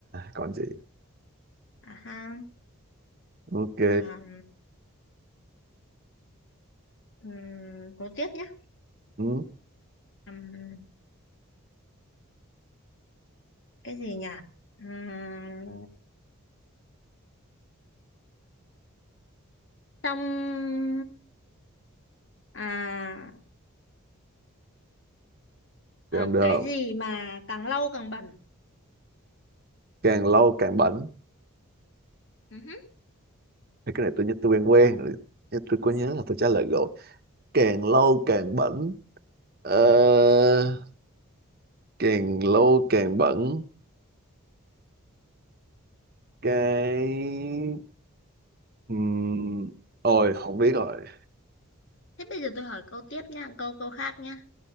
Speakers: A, on the right; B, on the left.
A: còn gì
B: à ha
A: ok
B: à ừ. cố tiếp nhé
A: ừ.
B: Ừm, cái gì nhỉ Ừm, trong à,
A: được
B: à
A: được
B: cái gì mà càng lâu càng bẩn
A: càng lâu càng bẩn
B: Ừ hứ.
A: Thì cái này tôi nhớ tôi quen quen rồi. Nhưng tôi có nhớ là tôi trả lời rồi càng lâu càng bẩn ờ, càng lâu càng bẩn cái Ừm, ôi không biết rồi
B: Thế bây giờ tôi hỏi câu tiếp nha, câu câu khác nha.